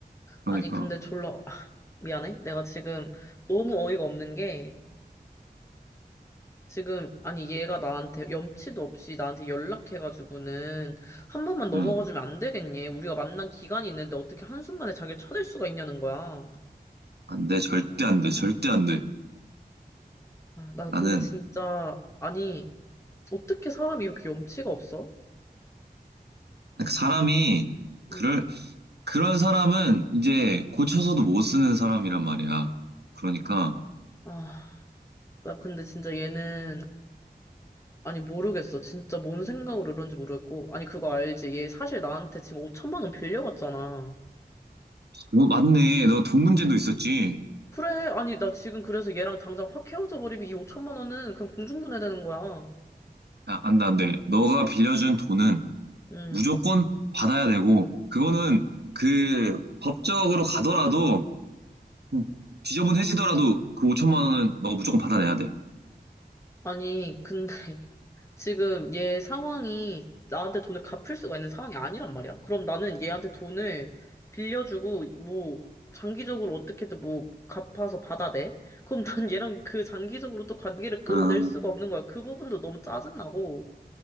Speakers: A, on the right; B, on the left.
A: 그러니까.
B: 아니, 근데 졸라, <laughs> 아, 미안해. 내가 지금 너무 어이가 없는 게, 지금, 아니, 얘가 나한테 염치도 없이 나한테 연락해가지고는, 한 번만 넘어가주면
A: 응.
B: 안 되겠니? 우리가 만난 기간이 있는데 어떻게 한순간에 자기를 쳐낼 수가 있냐는 거야.
A: 안 돼, 절대 안 돼, 절대 안 돼.
B: 아, 나
A: 나는
B: 근데 진짜, 아니, 어떻게 사람이 이렇게 염치가 없어?
A: 그러니까 사람이 그럴
B: 응.
A: 그런 사람은 이제 고쳐서도 못 쓰는 사람이란 말이야. 그러니까
B: 아, 나 근데 진짜 얘는, 아니, 모르겠어. 진짜 뭔 생각으로 이런지 모르겠고. 아니, 그거 알지? 얘 사실 나한테 지금 5천만 원 빌려갔잖아.
A: 어, 맞네, 너 돈 문제도 있었지.
B: 그래, 아니, 나 지금 그래서 얘랑 당장 확 헤어져 버리면 이 5천만 원은 그냥 공중분해되는 거야.
A: 야, 안 돼, 안 돼. 너가 빌려준 돈은
B: 응.
A: 무조건 받아야 되고 그거는 그 법적으로 가더라도 좀 지저분해지더라도 그 5천만 원은 너가 무조건 받아내야 돼.
B: 아니, 근데 지금 얘 상황이 나한테 돈을 갚을 수가 있는 상황이 아니란 말이야. 그럼 나는 얘한테 돈을 빌려주고 뭐 장기적으로 어떻게든 뭐 갚아서 받아내. 그럼 난 얘랑 그 장기적으로 또 관계를 끊어낼
A: 아,
B: 수가 없는 거야. 그 부분도 너무 짜증나고.